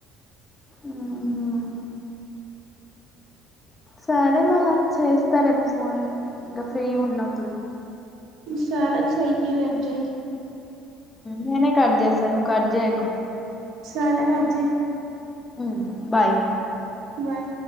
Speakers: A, on the left; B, on the right.
A: ఆమ్ సరే మళ్ళా చేస్తా రేపు ఫోను ఇంకా ఫ్రీ ఉన్నప్పుడు
B: సరే చేయి రెపు చేయి
A: నేనే కట్ చేస్తా నువ్వు కట్ చేయ్యకు
B: సరే కట్ చేయి
A: ఉమ్ బాయ్
B: బాయ్